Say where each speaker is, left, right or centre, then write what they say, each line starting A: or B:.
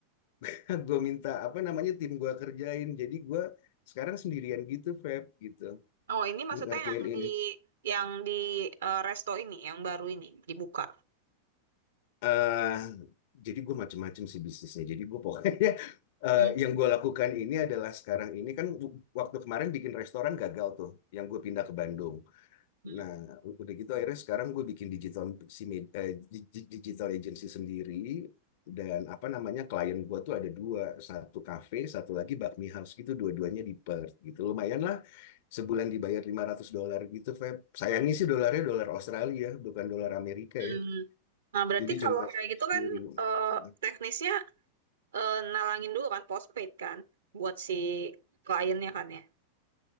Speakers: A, on the left; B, on the right.
A: <laughs> gue minta apa namanya tim gue kerjain. Jadi gue sekarang sendirian gitu, Feb gitu
B: Oh ini maksudnya
A: ngerjain
B: yang
A: ini.
B: di yang di eh, resto ini yang baru ini dibuka.
A: eh jadi gue macem-macem sih bisnisnya. Jadi gue pokoknya <laughs> eh,
B: Hmm.
A: yang gue lakukan ini adalah sekarang ini kan w- waktu kemarin bikin restoran gagal tuh, yang gue pindah ke Bandung.
B: Hmm.
A: Nah udah gitu akhirnya sekarang gue bikin digital si med- eh, di- di- digital agency sendiri dan apa namanya klien gue tuh ada dua, satu cafe, satu lagi bakmi house gitu, dua-duanya di Perth gitu. Lumayan lah sebulan dibayar 500 dolar gitu, Feb. Sayangnya sih dolarnya dolar Australia, bukan dolar Amerika
B: Hmm.
A: ya.
B: Nah berarti
A: Jadi
B: kalau
A: cuma
B: kayak gitu
A: sepuluh
B: kan
A: ribu.
B: eh,
A: Nah,
B: teknisnya eh, nalangin dulu kan postpaid kan buat si kliennya kan ya.